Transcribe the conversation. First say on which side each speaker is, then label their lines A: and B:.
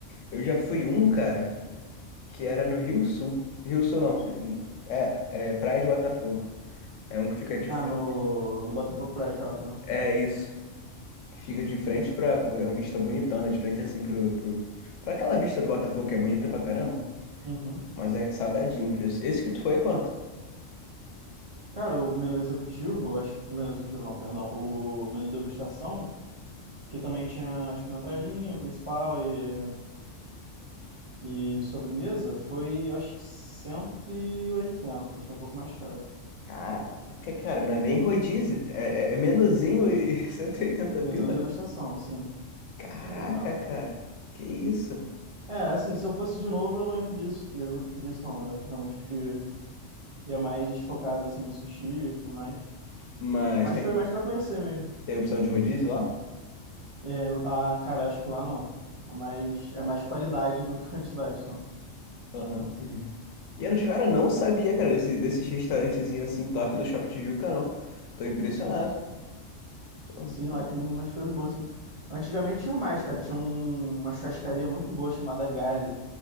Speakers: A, on the left; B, on the right.
A: eu já fui um, cara, que era no Rio Sul, Rio Sul não, era, é Praia de Botafogo, é um que fica de
B: Ah,
A: frente,
B: no, no Botafogo Praia Shopping, né?
A: é isso, fica de frente pra, pô, é uma vista bonitona, de frente assim pro, pro, pra aquela vista do Botafogo que é bonita pra caramba,
B: Uhum.
A: mas é que salgadinho o preço, esse que tu foi é quanto?
B: Cara, o menu executivo, acho que. Menu executivo não, perdão. O menu degustação, que também tinha, tipo, uma entradinha, o principal e, e sobremesa, foi, acho que 180. foi um pouco mais caro.
A: Caraca, cara, não é nem rodízio. É, é, é menuzinho e <laughs> 180
B: Menu
A: pila?
B: degustação, sim.
A: Caraca,
B: Certo, exato.
A: cara. Que isso?
B: É, assim, se eu fosse de novo, eu não ia pedir isso. Eu não pedi isso, não. Eu realmente pedi. Ia mais focado, assim, em sushi e tudo mais.
A: Mas
B: Mas
A: tem,
B: foi mais pra conhecer mesmo.
A: tem opção de rodízio lá?
B: É, ah, cara, acho que lá não. É mais, é mais qualidade do que quantidade, então.
A: Aham, entendi. E eu não, cara, não sabia, cara, desse, desses restaurantezinhos assim top do Shopping Tijuca, não. Tô impressionado.
B: Sim,
A: Pô,
B: sim,
A: maneiro.
B: lá tem umas coisas boas, assim. Antigamente tinha mais, cara. Tinha um- uma churrascaria muito boa chamada Gali,